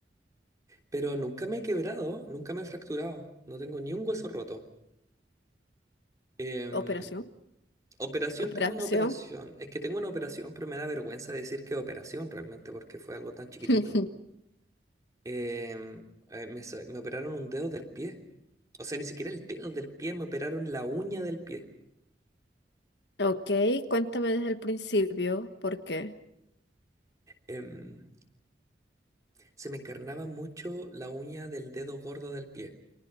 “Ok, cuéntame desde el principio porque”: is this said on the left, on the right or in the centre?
Left